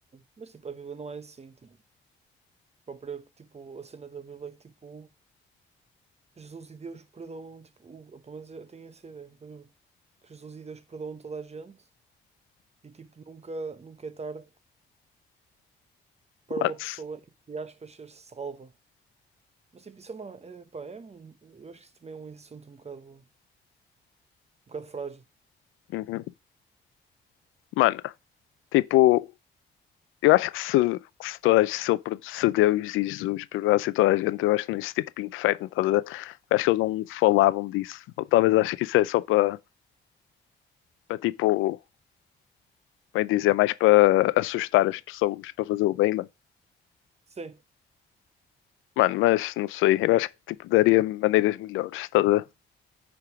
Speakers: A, on the right (about 30°); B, on the left (about 85°).
A: mas tipo, a Bíblia não é assim, tipo, a própria, tipo, a cena da Bíblia é que tipo, Jesus e Deus perdoam, tipo, o- pelo menos eu tenho essa ideia da Bíblia, que Jesus e Deus perdoam toda a gente e tipo, nunca, nunca é tarde para
B: Mano,
A: uma
B: se-
A: pessoa, entre aspas, ser salva. Mas tipo, isso é uma. É, pá, é um, eu acho que isso também é um assunto um bocado, um bocado frágil.
B: Uhum. Mano, tipo, eu acho que se, que se, toda, se, ele, produ- se Deus e Jesus perdoassem toda a gente, eu acho que não existia tipo inferno, estás a ver? Eu acho que eles não falavam disso. Ou talvez acho que isso é só para, para tipo. bem dizer, é mais para assustar as pessoas, para fazer o bem, mano.
A: Sim,
B: Mano, mas não sei, eu acho que tipo, daria maneiras melhores, estás a ver?